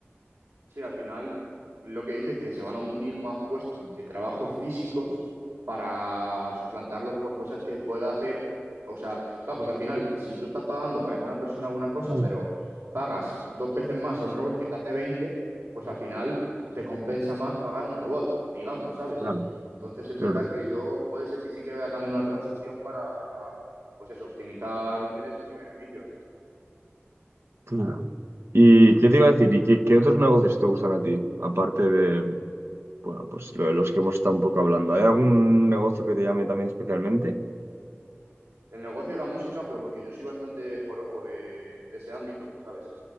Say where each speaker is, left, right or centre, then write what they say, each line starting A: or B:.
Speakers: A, on the right (about 85°); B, on the right (about 70°).
A: Sí, al final lo que dice es que se van a omitir más puestos de trabajo físicos para suplantarlos por cosas que pueda hacer. O sea, claro, porque al final, si tú estás pagando para que una persona haga una cosa,
B: Mm,
A: pero pagas dos veces más a un robot que te hace 20, pues al final te compensa más pagar un robot, digamos, ¿sabes?
B: Claro,
A: Entonces es
B: claro,
A: verdad que yo puede ser que sí que vea también una transición para, pues eso, optimizar ingresos y beneficios.
B: claro. ¿Y qué te iba a decir? ¿Y qué, qué otros negocios te gustan a ti? Aparte de, bueno, pues lo de los que hemos estado un poco hablando. ¿Hay algún negocio que te llame también especialmente?
A: el negocio de la música, pero porque yo soy bastante forofo de, de ese ámbito, ¿sabes?